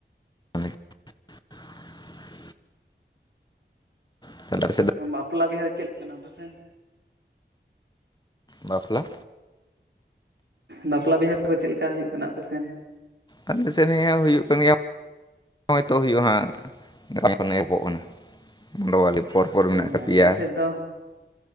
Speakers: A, on the left (about 25°); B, on the right (about 70°).
A: <inaudible> <unintelligible>
B: ᱵᱟᱯᱞᱟ ᱵᱤᱦᱟᱹ ᱫᱚ ᱪᱮᱫᱞᱮᱠᱟᱱᱟ ᱟᱯᱮᱥᱮᱱ?
A: ᱵᱟᱯᱞᱟ
B: ᱵᱟᱯᱞᱟ ᱵᱤᱦᱟᱹ ᱠᱚᱫᱚ ᱪᱮᱫ ᱞᱮᱠᱟ ᱦᱩᱭᱩᱜ ᱠᱟᱱᱟ ᱟᱯᱮᱥᱮᱱ?
A: ᱟᱞᱮ ᱥᱮᱫ ᱱᱤᱭᱟ. ᱦᱩᱭᱩᱜ ᱠᱟᱱ ᱜᱮᱭᱟ᱾ ᱦᱚᱭᱛᱚ ᱦᱩᱭᱩᱜ ᱦᱟᱸᱜ ᱜᱟᱯᱟ ᱠᱷᱚᱱ ᱮᱦᱚᱯᱚᱜ ᱠᱟᱱᱟ <inaudible> ᱯᱚᱨ ᱯᱚᱨ ᱢᱮᱱᱟᱜ
B: ᱦᱮᱸ
A: ᱟᱠᱟᱫᱟ ᱜᱮᱭᱟ
B: ᱟᱞᱮ ᱥᱮᱫ ᱫᱚ